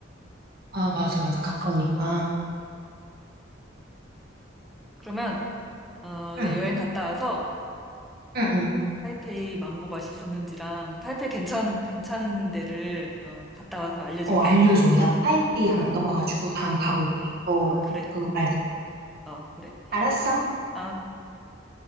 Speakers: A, on the right; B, in the centre.
A: 아, 맞아, 맞아. 가까우니까.
B: 그러면 어
A: 응,
B: 내 여행 갔다 와서
A: 응, 응.
B: 타이페이 망고 맛있었는지랑 타이페이 괜찮 괜찮은 데를 어, 갔다 와서 알려줄게.
A: 어, 알려줘. 나 타이페이 안 가봐가지고 다음에 가볼게. 너
B: 어 그래.
A: 그 말 듣고.
B: 어 그래.
A: 알았어?
B: 아